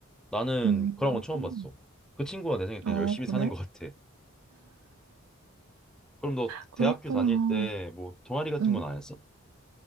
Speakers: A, in the centre; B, on the right.
A: 나는
B: 음,
A: 그런 건 처음 봤어. 그 친구가 내 생각에 그냥
B: 아,
A: 열심히
B: 그래?
A: 사는 것 같아. 그럼 너
B: 그렇구나.
A: 대학교 다닐 때 뭐 동아리 같은
B: 음,
A: 건 안 했어?